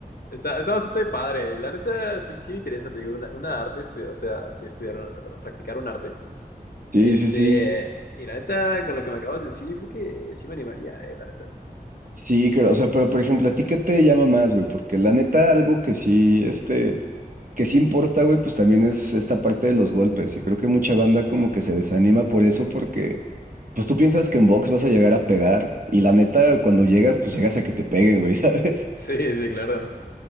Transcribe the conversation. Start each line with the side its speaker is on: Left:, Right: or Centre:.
Left: Está, está bastante padre. y La neta, sí, sí me interesa, te digo, una, una arte, estu- o sea, sí estudiar un arte, bueno, practicar un arte.
Right: Sí,
Left: Este,
Right: sí, sí.
Left: y la neta, con lo que me acabas de decir, yo creo que sí me animaría, eh, la neta.
Right: Sí, pero, o sea, pero por ejemplo, ¿a ti qué te llama más, güey? Porque la neta, algo que sí, este, que sí importa, güey, pues también es esta parte de los golpes. Y creo que mucha banda como que se desanima por eso, porque pues tú piensas que en box vas a llegar a pegar. Y la neta, cuando llegas, pues llegas a que te peguen, güey, <laughs> ¿sabes?
Left: Sí, sí, claro.